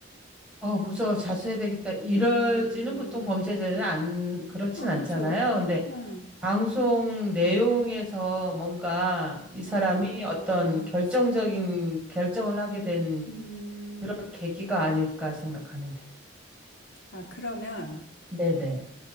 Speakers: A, in the centre; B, on the left.
A: 어, 무서워, 자수해야 되겠다. 이러지는
B: 음,
A: 보통 범죄자들은 안, 그렇진
B: 어,
A: 않잖아요.
B: 그쵸.
A: 근데
B: 응.
A: 방송 내용에서 뭔가 이 사람이
B: 아,
A: 어떤 결정적인 결정을 하게 된
B: 음,
A: 그런 계기가 아닐까 생각하는데.
B: 아, 그러면,
A: 네네.